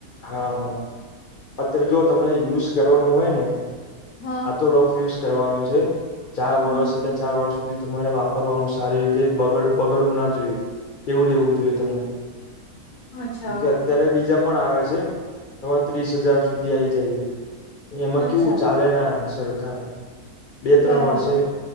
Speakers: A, on the left; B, on the left.
A: હા હા અત્યારે જો તમને યુઝ કરવાનું હોય ને
B: હા
A: આ તો રફ યુઝ કરવાનો છે, ચાર
B: હમ
A: વર્ષ એટલે ચાર વર્ષ સુધી તમારે વાપરવાનું સારી રીતે બગડ બગડવું ના જોઈએ એવું લેવું જોઈએ તમારે
B: અચ્છા
A: કેમકે
B: ઓકે
A: અત્યારે બીજા પણ આવે છ જેમ તમાર ત્રીસ હજાર સુધી આઈ જાય એમાં
B: અચ્છા
A: કેવું ચાલે ના સરખુ ખા બે ત્રણ
B: બરાબર
A: વર્ષે